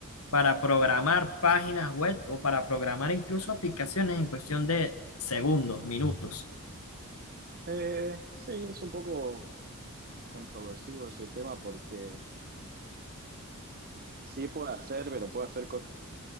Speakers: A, on the left (about 80°); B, on the right (about 45°).
A: para programar páginas web o para programar incluso aplicaciones en cuestión de segundos, minutos?
B: Eh, sí, es un poco controversivo ese tema porque sí puede hacer, pero puede hacer cosas